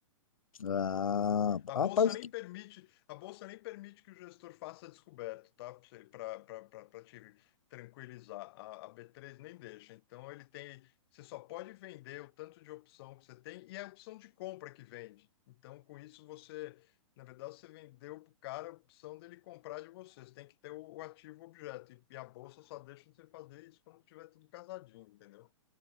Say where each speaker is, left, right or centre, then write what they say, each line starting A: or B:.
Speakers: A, on the left; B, on the left.
A: Ah,
B: A
A: rapaz,
B: bolsa nem
A: que-
B: permite, a bolsa nem permite que o gestor faça descoberto, tá? Para te tranquilizar, a, a b três nem deixa. Então ele tem, você só pode vender o tanto de opção que você tem e é a opção de compra que vende. Então com isso você, na verdade, você vendeu para o cara a opção dele comprar de você. Você tem que ter o, o ativo objeto e, e a bolsa só deixa você fazer isso quando tiver tudo casadinho, entendeu?